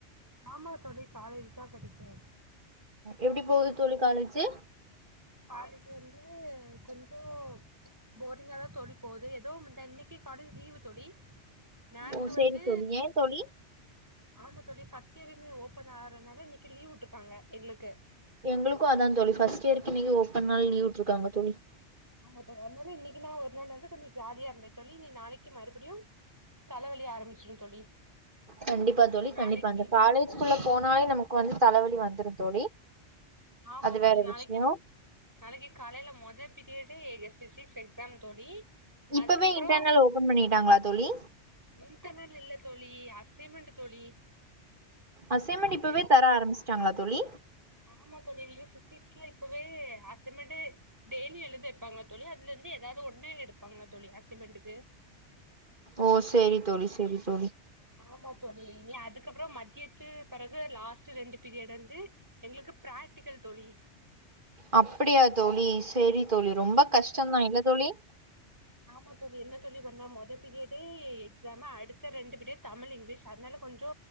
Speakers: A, on the right; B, on the right.
A: ஆமா தோழி காலேஜ் தா படிக்கே
B: எப்டி போது தோழி காலேஜு
A: காலேஜ் வந்து கொஞ்சோ போரிங்காதா தோழி போது ஏதோ இந்த இன்னைக்கு காலேஜ் லீவு தோழி நாத்து
B: ஓ சேரி
A: வந்து
B: தோழி ஏன் தோழி
A: ஆமா தோழி ஃபஸ்ட் இயர் இன்யு ஓப்பன் ஆறனால இன்னைக் லீவ் உட்ருக்காங்க எங்களுக்கு
B: எங்ளுக்கு அதா தோழி ஃபஸ்ட் இயர்க் இன்னிக்கு ஓப்பன்னால் லீவ் உட்ருக்காங்க தோழி
A: ஆமா தோழி அத்னால இன்னிக்குன்னா ஒரு நாள் வந்து கொஞ்சோ ஜாலியா இருந்தே சொல்ல இனி நாளைக்கு மறுபடியு தலவலி ஆரம்பிச்சிரு தோழி
B: கண்டிப்பா தோழி
A: நாளைக்கு
B: கண்டிப்பா அந்த காலேஜ்குள்ள போனாலே நமக் வந்து தலவலி வந்துரு தோழி
A: ஆமா
B: அது
A: தோழி
B: வேற
A: நாளைக்கும்
B: விஷ்யோ
A: நாளைக்கு காலைல மொத பீரியடே எ ஃபிசிக்ஸ் எக்ஸாம் தோழி
B: இப்பவே
A: அதுக்கப்புறோ
B: இன்டர்னல் ஓப்பன் பண்ணிட்டாங்ளா தோழி
A: இன்டர்னல் இல்ல தோழி அசைமெண்ட்டு தோழி
B: அசைமெண்டு
A: அசைன்
B: இப்பவே தர ஆரம்பிச்ட்டாங்ளா தோழி
A: ஆமா தோழி ஐயோ ஃபிசிக்ஸ்லா இப்பவே அசைமெண்டே டெய்லி எழுத வெப்பாங்களா தோழி அதுலருந்து எதாவது ஒன்னு எடுப்பாங்களா தோழி அசைமெண்டுக்கு
B: ஓ சேரி தோழி சேரி தோழி
A: ஆமா தோழி இனி அதுக்கப்பறோ மதியத்து பெறகு லாஸ்ட்டு ரெண்டு பீரியட் வந்து எங்களுக்கு ப்ராக்ட்டிக்கல் தோழி
B: அப்பிடியா தோழி சேரி தோழி ரொம்ப கஷ்டந்தா இல்ல தோழி
A: ஆமா தோழி என்ன தோழி பண்ண மொத பீரியடே எக்ஸாமு அடுத்த ரெண்டு பீரியட் தமிழ், இங்லீஷ் அதுனால கொஞ்சோ